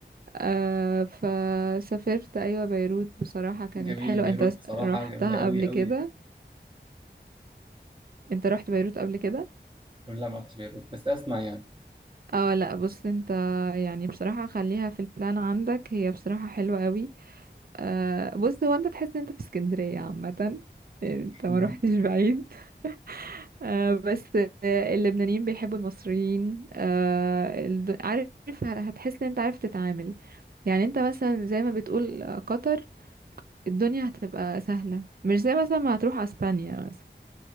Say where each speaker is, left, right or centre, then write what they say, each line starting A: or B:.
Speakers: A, on the right; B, on the right.
A: أه فسافرت ايوه بيروت بصراحة كانت
B: جميل
A: حلوة
B: بيروت
A: انت س-
B: بصراحه
A: رحتها
B: جميله قوي
A: قبل
B: قوي
A: كده انت رحت بيروت قبل كده
B: لا ما رحتش بيروت بس اسمع يعني
A: اه لا بص انت يعني بصراحة خليها في البلان عندك هي بصراحة حلوة قوي أه بص هو انت تحس ان انت في اسكندرية عامة يعني انت
B: <laughs>
A: ما روحتش بعيد آه بس آه، اللبنانيين بيحبوا المصريين آه الد- عارف ه- هتحس ان انت عارف تتعامل يعني انت مثلا زي ما بتقول آه، قطر الدنيا هتبقى سهلة مش زي مثلا ما هتروح اسبانيا مثلا